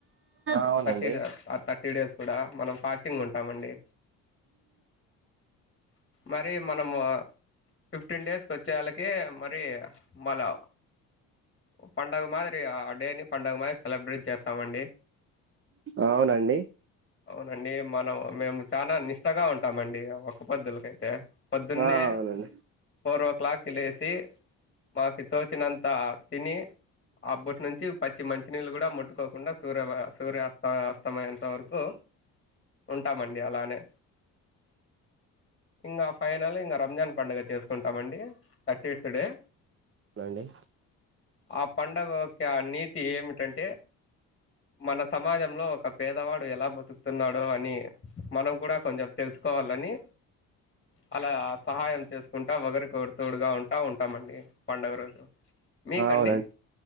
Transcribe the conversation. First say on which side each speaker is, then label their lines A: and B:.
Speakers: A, on the right; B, on the left.
A: అవునండి
B: థర్టీ సర్ టీ డేస్ కూడా మనం ఫాస్టింగ్ ఉంటామండి మరి మనము ఫిఫ్టీన్ డేస్కి వచ్చే వాళ్కి మరి మలా పండుగ మాదిరి ఆ డేని పండుగ మాదిరి సెలబ్రేట్ చేస్తామండి
A: అవునండి
B: అవునండి మనం మేము చాలా నిష్టగా ఉంటాం ట్టమండి ఒక పద్దులకై క పద్దుొన్నే
A: ఆ అవునండి
B: ఫోర్ ఓ క్లాలాక్ కి లేసి మాకితో చినంత తిని ఆ బొట్ నుంచి పచ్చి మంచి మంచినీళ్ళు కూడా ముట్టుకోకుండా సూర్య సూర్యాస్తస్తమయంత వరకు ఉంటామండి అలానే ఇంకా ఫైనల్ ఇంకా రంజాన్ పడుగ చేసుకుంటామండి థర్టీ ఎత్ డే
A: అవునండి
B: ఆ పడుగ యొక్క నీతి ఏమిటంటే మన సమాజంలో ఒక పేదవాడు ఎలా బతుకుతున్నాడో అని మనం కూడా కొంచెం తెలుసుకోవాలని అలా సహాయం చేసుకుంటా ఒకరి కోరి తడుగా ఉంటా ఉంటామండి పండుగ రోజు మీకండి
A: అవునండి